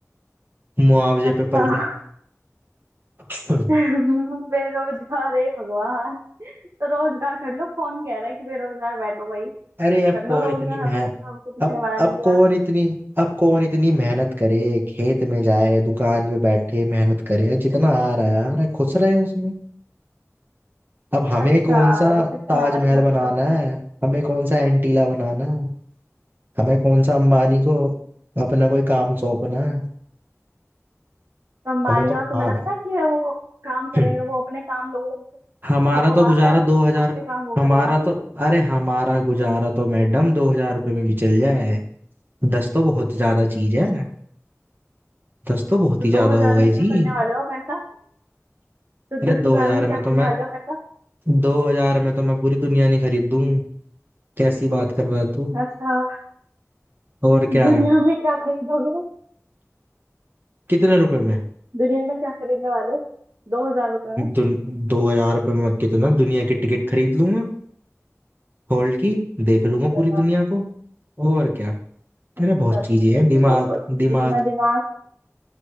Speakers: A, on the right; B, on the right.
A: मुआवजे
B: अच्छा
A: पे पल
B: <laughs>
A: रहे <laughs>
B: <laughs> बेरोजगार है भगवान तो रोजगार कर लो कौन कह रहा है कि बेरोजगार बैठो भाई
A: अरे अब
B: कर लो
A: कौन
B: रोजगार
A: इतनी मेहनत
B: हमने तो- हमको किसी
A: अब
B: ने मना नहीं
A: अब
B: किया
A: कौन इतनी अब कौन इतनी मेहनत करे खेत में जाए दुकान पे बैठे मेहनत करे जितना आ रहा है आ रहा है खुश रहे उसमें अब हमें
B: अच्छा
A: कौन सा
B: रिश्ते से
A: ताजमहल
B: मेहनत ही मत
A: बनाना
B: करो
A: है हमें कौन सा एंटीला बनाना है हमें कौन सा अंबानी को अपना कोई काम सौंपना है
B: तो अंबानी
A: हमें तो
B: हो
A: खाना
B: तुम्हें लगता है कि वो काम करेगा
A: हम्म,
B: वो अपने काम लोगों में
A: <laughs> हमारा
B: खपवाता
A: तो गुजारा
B: है
A: दो
B: और
A: हजार
B: आपके काम वो करेगा
A: हमारा तो अरे हमारा गुजारा तो मैडम दो हजार रुपये में भी चल जाए दस तो बहुत ज्यादा चीज है दस तो बहुत
B: तो
A: ही
B: दो
A: ज्यादा
B: हजार
A: हो गई
B: में क्या
A: जी
B: करने वाले हो पैसा तो
A: अरे
B: दस
A: दो
B: हजार
A: हजार
B: में
A: में
B: क्या करने
A: तो मैं
B: वाले हो पैसा
A: दो हजार में तो मैं पूरी दुनिया नहीं खरीद दूं कैसी बात कर रहा है तू
B: अच्छा
A: और क्या
B: दुनिया में क्या खरीदोगे
A: कितने रुपए में
B: दुनिया में क्या खरीदने वाले हो दो हजार रुपए में
A: दुन, दो हजार रुपये में कितना दुनिया की टिकट खरीद लूंगा हॉल की देख
B: अच्छा
A: लूंगा पूरी दुनिया को और क्या
B: अच्छा
A: मेरा बहुत
B: अच्छा
A: चीजें हैं
B: बिल्कुल
A: दिमाग
B: बिल्कुल
A: दिमाग
B: इतना दिमाग